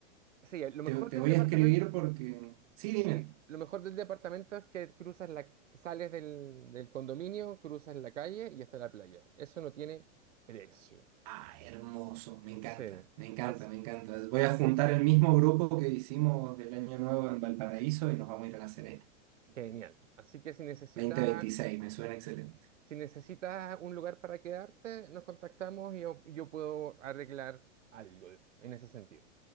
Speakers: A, on the right; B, on the right.
A: Sí, lo mejor
B: Te, te
A: del
B: voy
A: departamento
B: a escribir porque... Sí, dime.
A: Sí, lo mejor del departamento es que cruzas la, sales del, del condominio, cruzas la calle y está la playa. Eso no tiene precio.
B: Ah, hermoso, me encanta,
A: Sí,
B: me encanta,
A: as-
B: me encanta. Voy
A: así
B: a juntar
A: que
B: el mismo grupo que hicimos del año nuevo en Valparaíso y nos vamos a ir a La Serena.
A: genial. Así que si necesitas
B: dos mil veintiséis, me suena excelente.
A: si necesitas un lugar para quedarte, nos contactamos y yo, yo puedo arreglar algo en ese sentido.